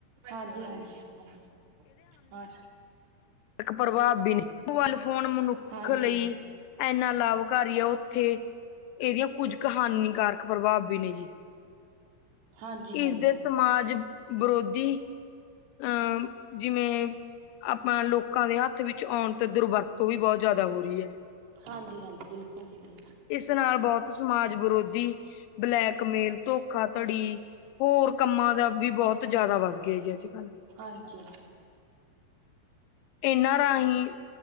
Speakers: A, on the right; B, on the left.
A: ਹਾਂਜੀ-ਹਾਂਜੀ, ਹਾਂਜੀ ਹਾਂ।
B: ਇਕ ਪ੍ਰਭਾਵ ਵੀ ਨੇ <inaudible> ਫੋਨ ਮਨੁੱਖ
A: ਹਾਂਜੀ
B: ਲਈ ਇੰਨਾ ਲਾਭਕਾਰੀ ਆ ਉੱਥੇ ਇਹਦੀਆਂ ਕੁੱਝ ਹਨੀਕਾਰਕ ਪ੍ਰਭਾਵ ਵੀ ਨੇ ਜੀ।
A: ਹਾਂਜੀ ਹਾਂਜੀ
B: ਇਸਦੇ ਸਮਾਜ ਵਰੋਧੀ ਅਹ ਜਿਵੇਂ ਆਪਾਂ ਲੋਕਾਂ ਦੇ ਹੱਥ ਵਿੱਚ ਆਉਣ ਤੇ ਦੁਰਵਰਤ ਤੋਂ ਵੀ ਬੋਤ ਜਾਦਾ ਹੋ ਰਹੀ ਏ।
A: ਹਾਂਜੀ-ਹਾਂ ਬਿਲਕੁਲ ਜੀ ਬਿਲ
B: ਇਸ ਨਾਲ ਬੋਤ ਸਮਾਜ ਵਿਰੋਧੀ ਬਲੈਕਮੇਲ, ਧੋਖਾਧੜੀ ਹੋਰ ਕੰਮਾਂ ਦਾ ਵੀ ਬੋਤ ਜਾਦਾ ਵੱਧ ਗਿਆ ਜੀ ਅੱਜ <unintelligible>
A: ਹਾਂਜੀ।
B: ਇਨਾਂ ਰਾਹੀਂ